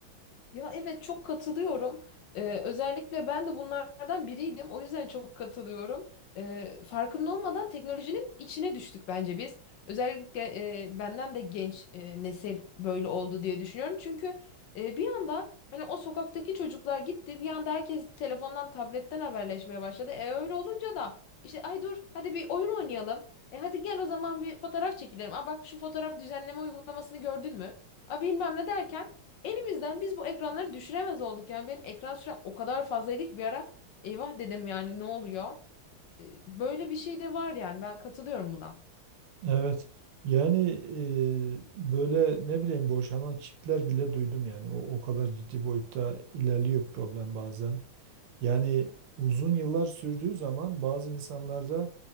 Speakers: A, on the left; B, on the right.
A: Ya evet çok katılıyorum. Ee, özellikle ben de bunlardan biriydim. O yüzden çok katılıyorum. Ee, farkında olmadan teknolojinin içine düştük bence biz. Özellikle e, benden de genç e, nesil böyle oldu diye düşünüyorum. Çünkü e, bir anda hani o sokaktaki çocuklar gitti. Bir anda herkes telefondan, tabletten haberleşmeye başladı. E öyle olunca da işte ay dur hadi bir oyun oynayalım. E hadi gel o zaman bir fotoğraf çekilelim. Aa bak şu fotoğraf düzenleme uygulamasını gördün mü? Aa bilmem ne derken. Elimizden biz bu ekranları düşüremez olduk. Yani benim ekran sürem o kadar fazlaydı ki bir ara eyvah dedim yani ne oluyor? Ee, Böyle bir şey de var yani ben katılıyorum buna.
B: Evet. Yani e, böyle ne bileyim boşanan çiftler bile duydum yani. O, o kadar ciddi boyutta ilerliyor problem bazen. Yani uzun yıllar sürdüğü zaman bazı insanlarda